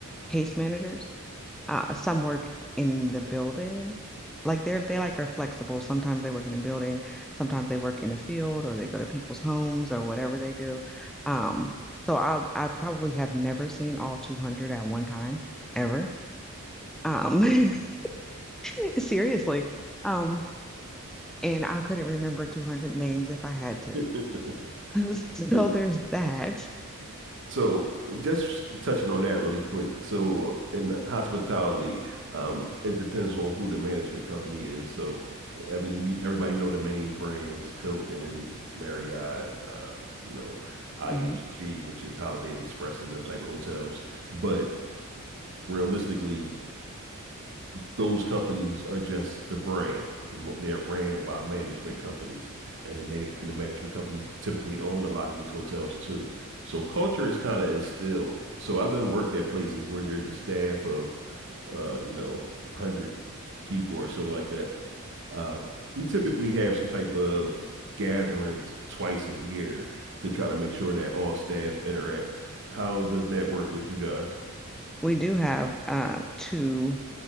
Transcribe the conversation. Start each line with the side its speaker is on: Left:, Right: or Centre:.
Centre: case managers Uh, some work in the building. Like they're they like are flexible. Sometimes they work in a building, sometimes they work in a field or they go to people's homes or whatever they do. Um, so I I probably have never seen all 200 at one time ever. Um, <laughs> seriously. Um, and I couldn't remember 200 names if I had to.
Right: <laughs>
Centre: <laughs> So
Right: The,
Centre: there's that.
Right: So just touching on that really quick. So in hospitality, um, it depends on who the management company is. So I mean, you- everybody know the main brands, Hilton, Marriott, uh, you know, IHG,
Centre: Mhm.
Right: which is Holiday Inn Express and them type of hotels. But realistically, those companies are just the brand. They're ran by management companies, and they and the management companies typically own a lot of these hotels too. So culture is kind of instilled. So I've done work at places where there's a staff of, uh, you know, one hundred people or so like that. Um, we typically have some type of gatherings twice a year to try to make sure that all staff interact. How does that work with you guys?
Centre: We do have uh two